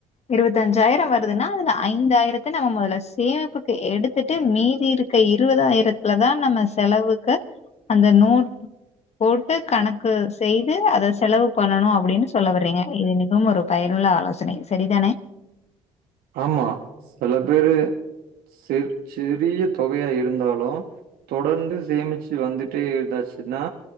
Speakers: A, on the left (about 40°); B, on the right (about 65°).
A: இருவத்தஞ்சாயிர வருதுனா அதுல ஐந்தாயிரத்த நம்ம மொதல சேமிப்புக்கு எடுத்துட்டு மீதி இருக்க இருவதாயிரத்ல தா நம்ம செலவுக்கு அந்த நோட் போட்டு உ செய்து அத செலவு பண்ணணு அப்டின் சொல்ல வர்றீங்க இது மிகவும் ஒரு பயனுள்ள ஆலோசனை சரிதானே
B: ஆமா சில பேரு சேர்ச்சு பிரிய தொகையா இருந்தாலு தொடர்ந்து சேமிச்சு வந்துட்டே இர்ந்தாச்சுன்னா